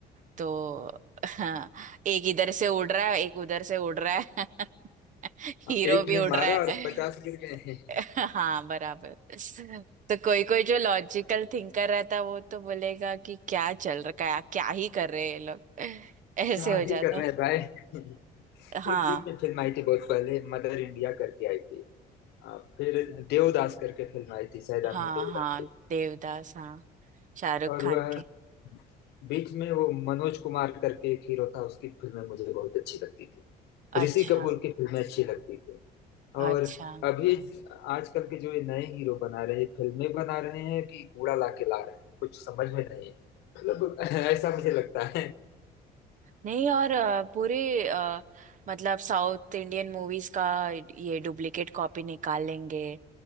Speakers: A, on the right; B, on the left.
A: तो <laughs> हाँ एक इधर से उड़ रहा है एक उधर से उड़ रहा है <laughs> हीरो
B: हाँ, एक
A: भी
B: ने
A: उड़
B: मारा
A: रहा
B: और
A: है
B: पचास गिर गए <laughs> हैं
A: <laughs> हाँ बराबर तो कोई कोई जो लॉजिकल थिंकर रहता है वो तो बोलेगा कि क्या चल रखा है क्या ही कर रहे हैं ये लोग <laughs> ऐसे
B: क्या
A: हो
B: भी
A: जाता
B: कर रहे हैं भाई <laughs>
A: है हाँ
B: एक बीच में फिल्म आई थी बहुत पहले मदर इंडिया करके आई थी आ, फिर देवदास करके फिल्म आई थी शायद
A: हाँ
B: आपने देवदास
A: हाँ देवदास हाँ शाहरुख
B: और
A: खान
B: वह
A: के
B: बीच में वो मनोज कुमार करके एक हीरो था उसकी फिल्में मुझे बहुत अच्छी लगती थी
A: अच्छा
B: ऋषि कपूर की फिल्में अच्छी अच्छा लगती थी
A: अच्छा
B: और अभी आजकल के जो ये नए हीरो बना रहे हैं फिल्में बना रहे हैं कि कूड़ा ला के ला रहे हैं कुछ समझ में नहीं मतलब <laughs> ऐसा मुझे लगता है
A: नहीं और अ, पूरे अ, मतलब साउथ इंडियन मूवीज का ये डुप्लीकेट कॉपी निकाल लेंगे